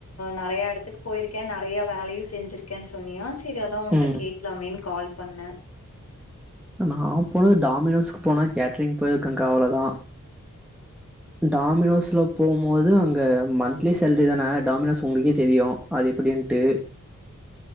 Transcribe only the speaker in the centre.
ம்
நா போனது டாமினோஸ்க்கு போன கேட்டரிங் ப போன்ற வேலதா டாமினோஸ்ல போகும்போது அங்க மந்த்லி சேலரி தானே டாமினோஸ் உங்களுக்கே தெரியு அது எப்படின்ட்டு